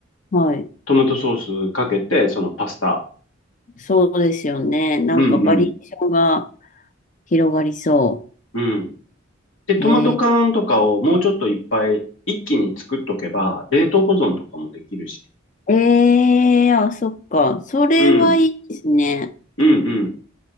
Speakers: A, on the left (about 40°); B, on the left (about 75°).
A: はい。
B: トマトソースかけて、そのパスタ
A: そうですよね。なんかバリエーションが
B: うんうん。
A: 広がりそ
B: うん。で、トマト缶とかをもうちょっといっぱい一気に作っとけば、
A: う。え
B: 冷凍保存とかもできるし。
A: ー、えー、あ、そっか。それはいいですね。
B: うん。うんうん。